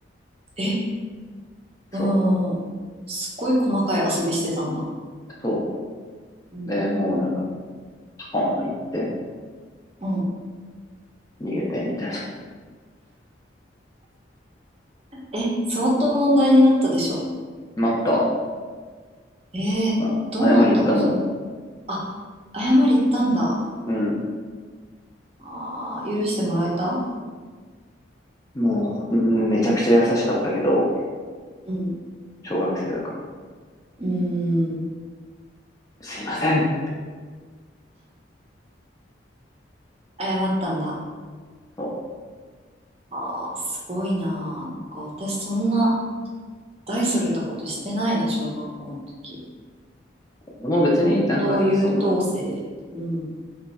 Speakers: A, on the right; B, on the left.
A: え、
B: そう、
A: うん。すっごい細かい遊びしてたんだ。
B: そ
A: うん。
B: う。で、もうなんか、パコーン行って、
A: うん。
B: 逃げて、みたいな。
A: え、相当問題になったでしょ
B: <laughs> なった。
A: ええどうなったのそれ。
B: あ、謝り行ったもん。
A: あ、謝り行ったんだ。
B: うん。
A: ああ、許してもらえた
B: もう、うん、めちゃくちゃ優しかったけど、
A: うん。
B: 小学生だから。
A: うーん、
B: すいません。
A: 謝ったんだ。
B: そ
A: ああ、すごいなあ。なんか私そんな大それたことしてないな、小学校の時。
B: う。でも別になんか、
A: 本当優等生。
B: その、
A: うん。